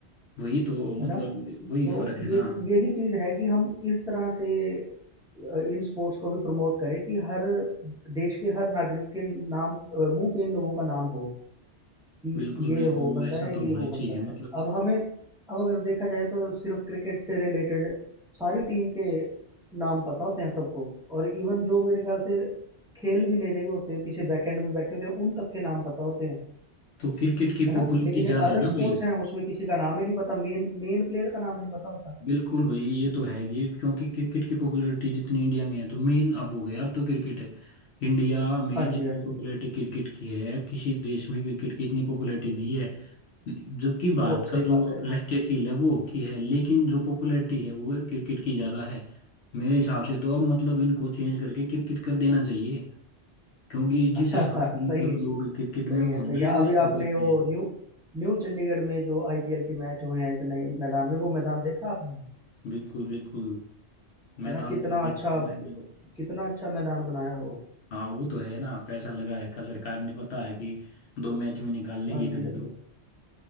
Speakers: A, on the left; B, in the centre.
A: वही तो
B: है
A: मतलब
B: ना
A: वही
B: तो
A: फर्क है
B: ये
A: ना
B: यही चीज है कि हम इस तरह से अ, इन स्पोर्ट्स को भी प्रमोट करें कि हर देश के हर नागरिक के नाम अ, मुंह पे इन लोगों का नाम हो कि
A: बिल्कुल
B: ये
A: बिल्कुल
B: वो बंदा
A: ऐसा
B: है
A: तो
B: ये
A: होना
B: वो
A: ही चाहिए
B: बंदा
A: मतलब
B: है अब हमें अब अगर देखा जाए तो सिर्फ क्रिकेट से रिलेटेड सारी टीम के नाम पता होते हैं सबको और इवन जो मेरे ख्याल से खेल भी नहीं रहे होते पीछे बैकएंड में बैठे होते हैं उन तक के नाम पता होते हैं
A: तो क्रिकेट की
B: है ना
A: पॉपुलैरिटी
B: लेकिन
A: ज्यादा
B: अदर
A: है ना
B: स्पोर्ट्स
A: भाई
B: हैं उसमें किसी का नाम ही नहीं पता मेन मेन प्लेयर का नाम नहीं पता होता
A: बिल्कुल भाई ये तो है ये क्योंकि क्रिकेट की पॉपुलैरिटी जितनी इंडिया में है तो मेन अब हो गया अब तो क्रिकेट है इंडिया में
B: हाँ
A: जितनी
B: जी हाँ जी
A: पॉपुलैरिटी
B: हाँ जी
A: क्रिकेट की है किसी देश में क्रिकेट की इतनी पॉपुलैरिटी नहीं है जबकि भारत
B: बहुत सही
A: का जो
B: बात है
A: राष्ट्रीय खेल है वो हॉकी है लेकिन जो पॉपुलैरिटी है वो क्रिकेट की ज़्यादा है मेरे हिसाब से तो अब मतलब इनको चेंज करके क्रिकेट कर देना चाहिए क्योंकि
B: <laughs>
A: जिस हिसाब से मतलब
B: सही है
A: लोग क्रिकेट
B: सही
A: में वो
B: है
A: है
B: सही
A: ना
B: है
A: इन्वेस्ट
B: अभी
A: करते
B: आपने वो
A: हैं
B: न्यू न्यू चंडीगढ़ में जो आईपीएल के मैच हुए हैं एक नए मैदान में वो मैदान देखा आपने
A: बिल्कुल बिल्कुल
B: है
A: मैदान
B: ना कितना
A: तो देखिए
B: अच्छा
A: मैंने
B: कितना अच्छा मैदान बनाया हो
A: हाँ वो तो है ना पैसा लगा रखा सरकार ने पता है कि दो मैच में निकाल लेंगे
B: हाँ
A: इतना
B: जी हाँ
A: तो
B: जी